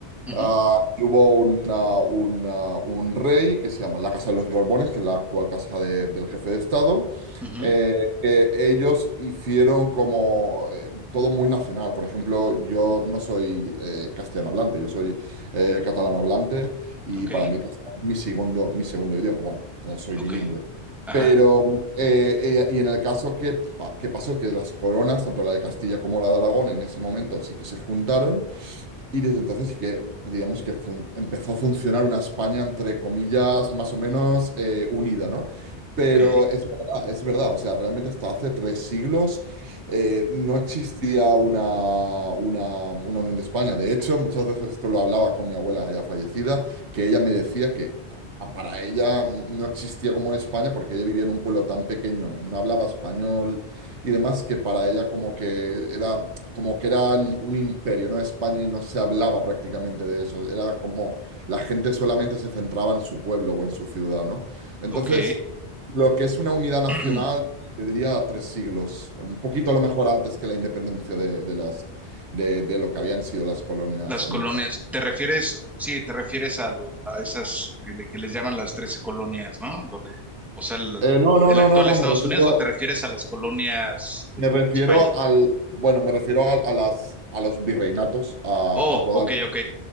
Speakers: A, in the centre; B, on the right.
A: ujú,
B: Ah, hubo un una- un ah, un rey que se llama la Casa de los Borbones, que es la actual casa de- del jefe de Estado,
A: ujú.
B: eh, que ellos hicieron como eh, todo muy nacional. Por ejemplo, yo no soy eh, castellano hablante, yo soy eh, catalano hablante y
A: Ok,
B: para mí castellano es mi segundo, mi segundo idioma. Bueno, eh, soy bilingüe.
A: ok. Ajá,
B: Pero, eh, eh, y en el caso que, pa- que pasó, que las coronas, tanto la de Castilla como la de Aragón, en ese momento sí que se juntaron y desde entonces sí que, digamos que fun- empezó a funcionar una España, entre comillas, más o menos eh, unida, ¿no? Pero
A: ok,
B: es verdad, es verdad, o sea, realmente hasta hace tres siglos eh, no existía una, una, una Unión de España. De hecho, muchas veces esto lo hablaba con mi abuela ya fallecida, que ella me decía que a- para ella no existía como España porque ella vivía en un pueblo tan pequeño, no hablaba español y demás, que para ella como que era como que era li- un imperio, ¿no? España y no se hablaba prácticamente de eso. Era como la gente solamente se centraba en su pueblo o en su ciudad, ¿no? Entonces,
A: ok.
B: lo que es una unidad nacional,
A: <clears throat>
B: te diría tres siglos, un poquito a lo mejor antes que la independencia de, de las, de, de lo que habían sido las colonias
A: Las
B: americanas.
A: colonias, ¿te refieres? Sí, te refieres a, lo- a esas que, le- que les llaman las 13 colonias, ¿no? Donde, o sea, el,
B: Eh, no, no,
A: el
B: no,
A: actual
B: no, no,
A: Estados
B: me refiero,
A: Unidos, ¿o te refieres a las colonias de
B: me refiero
A: España?
B: al, bueno, me refiero a, a las, a los virreinatos, a,
A: Oh,
B: a toda
A: ok, ok,